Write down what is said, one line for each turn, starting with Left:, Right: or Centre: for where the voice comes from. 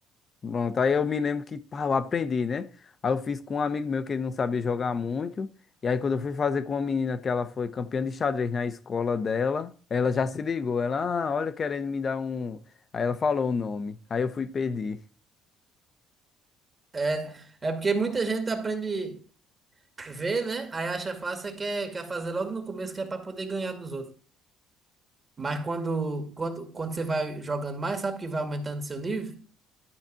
Left: Pronto, aí eu me lembro que, pá, eu aprendi, né? Aí eu fiz com um amigo meu que ele não sabia jogar muito. E aí quando eu fui fazer com uma menina que ela foi campeã de xadrez na escola dela, ela já se ligou. Ela, ah, olha, querendo me dar um. Aí ela falou o nome. Aí eu fui pedir.
Right: É, é porque muita gente aprende a ver, né? Aí acha fácil, e quer, quer fazer logo no começo, que é para poder ganhar dos outros. Mas quando, quando, quando você vai jogando mais, sabe que vai aumentando seu nível?